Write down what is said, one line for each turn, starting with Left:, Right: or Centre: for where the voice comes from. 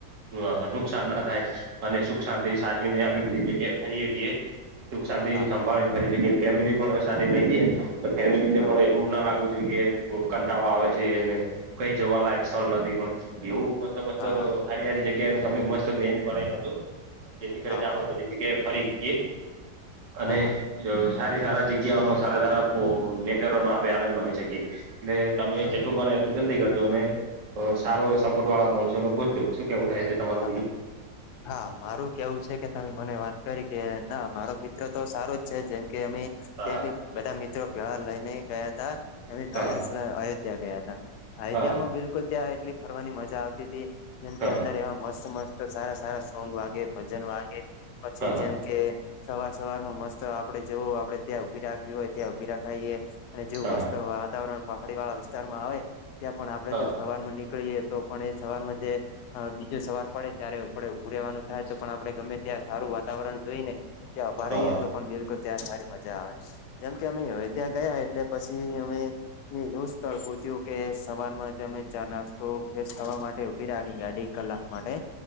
Right: અ નુકસાન ના થાય અને સુખ શાંતિ
Left: હા હા
Right: સાચ- આપી બધી જગ્યાએ ફરીએ હકીએ સુખ શાંતિને
Left: હા
Right: સંભાળીને
Left: હા
Right: ફરી શકીએ ફેમિલી પણ સાથે લઈ જઈએ તો ફેમિલી ને
Left: હા
Right: પણ
Left: હા
Right: એવું ના લાગુ- જોઈ કે કંટાળો આવે છે અને કઈ જોવાલાયક સ્થળ નથી પણ એવું મસ્ત મસ્ત
Left: હા
Right: હારી હારી જગ્યા તમે મસ્ત મેન્યુ બનાવી નાખજો જેથી કરીને
Left: હા
Right: આપડ
Left: હા
Right: બધી જગ્યાએ ફરી હકીએ અને
Left: હા હા
Right: તો સારી સારા જગ્યાઓનો સારા સારા નેચરોનો આપણે આનંદ માણી શકીએ ને તમે
Left: બરોબર
Right: જેટલું બને એટલું જલ્દી કરજો અને સારો સપોર્ટ વાળા મોણસોને ગોતજો શું કેવું થાય છે તમારું
Left: હા
Right: બીજું
Left: હા હા મારું કેવું છે કે તમે મને વાત કરી કે ના મારો મિત્ર તો સારો જ છે જેમ કે અમે
Right: હા
Left: ત્યાંથી બધા મિત્રો <unintelligible> લઈને ગયા હતા એની ટ્રાવેલ્સ
Right: હા હા
Left: અયોધ્યા ગયા હતા. અયોધ્યામાં
Right: હા
Left: માં બિલકુલ ત્યાં એટલી ફરવાની મજા આવતી હતી જેમ કે
Right: હા
Left: અંદર એ- મસ્ત મસ્ત સારા સારા સોંગ વાગે ભજન વાગે પછી
Right: હા
Left: જેમ
Right: હા
Left: કે સવાર સવારમાં મસ્ત આપડે જવું આપડે ત્યાં ઊભી રાખવી હોય ત્યાં ઊભી રખાઈએ અને જો
Right: હા
Left: વસ્તુ વાતાવરણ પહાડીવાળા વિસ્તારમાં આવે ત્યાં પણ આપણે
Right: હા
Left: જો સવારમાં નીકળીએ તો તો પણ એ સવારમા તે અ જે સવાર પડે ત્યારે આપડે ઊભું રેવાનું થાય તો પણ આપણે ગમે ત્યાં સારું વાતાવરણ જોઈને ત્યાં ઉભા
Right: હા હા
Left: રહીએ ને તો પણ બિલકુલ ત્યાં સારી મજા આવે જેમ કે અમે અયોધ્યા ગયા એટલે પછી અમે એવું સ્થળ પૂછ્યું કે સવારમાં તમે ચા નાસ્તો ફ્રેશ થવા માટે ઉભી રાખી ગાડી કલાક માટે